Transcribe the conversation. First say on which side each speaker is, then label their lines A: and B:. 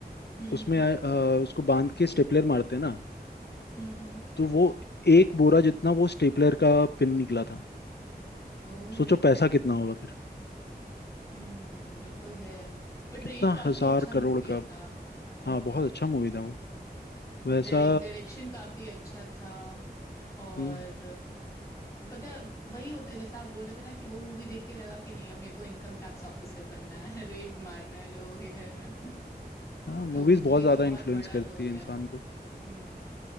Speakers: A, on the left (about 20°); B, on the left (about 85°).
A: हम्म
B: उसमें
A: हम्म
B: अ, उसको बांध के स्टेपलर मारते हैं ना
A: हम्म हम्म,
B: तो वो एक बोरा जितना वो स्टेपलर का पिन निकला था
A: ओ
B: सोचो पैसा कितना होगा फिर
A: हम्म ये तो है बट
B: कितना
A: रेड काफी
B: हजार
A: अच्छा
B: करोड़
A: मूवी
B: का
A: था हम्म
B: हाँ बहुत अच्छा मूवी था वैसा
A: डायरेक्शन काफी अच्छा था और
B: हम्म
A: पता है वही होता है जैसा आप बोल रहे थे ना कि वो मूवी देख के लगा कि नहीं अब मेरे को इनकम टैक्स ऑफिसर बनना है <laughs> रेड मारना है लोगों के घर में <laughs>
B: हाँ मूवीज
A: तो मूवी
B: बहुत ज्यादा
A: का
B: इन्फ्लुएंस
A: बहुत बड़ा
B: करती
A: रोल
B: है इंसान
A: है
B: को
A: हम्म